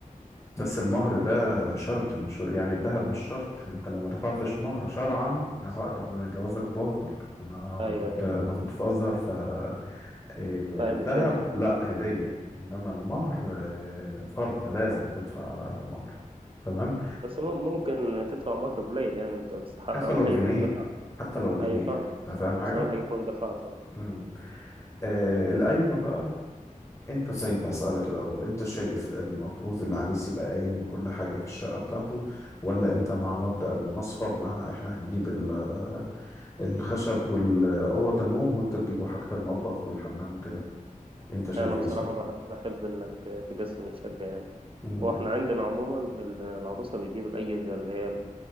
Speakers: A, on the left; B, on the right.
A: بس المهر ده شرط من شر... يعني الذهب مش شرط انت لو ما دفعتش مهر شرعا عقد ب- جوازك باطل انا
B: أيوه
A: كنت
B: أيوه
A: انا كنت في ازهر ف إيه،
B: فاهم
A: الذهب
B: الدنيا
A: لا هدية انما المهر إيه، فرض لازم تدفع مهر تمام
B: بس مم- ممكن تدفع مهر قليل يعني أنت بس ح-
A: حتى
B: أهم
A: لو
B: حاجة
A: جنيه
B: تكون دفعت
A: حتى لو جنيه
B: أيوه فاهمك
A: انت فاهم حاجة
B: بس أهم حاجة تكون دفعتها
A: امم آه القايمة بقى انت طيب هسألك الأول انت شايف المفروض العريس يبقى قايم بكل حاجة في الشقة بتاعته ولا انت مع مبدأ المناصفة بمعنى احنا هنجيب ال- الخشب والأوض النوم وانتوا تجيبوا حاجة المطبخ والحمام وكده انت شايف
B: أنا
A: ايه
B: بصراحة
A: صح؟
B: بحب, بحب إنك تقسم الشقة يعني
A: مم.
B: هو إحنا عندنا عموما ال- العروسة بتجيب الأجهزة اللي هي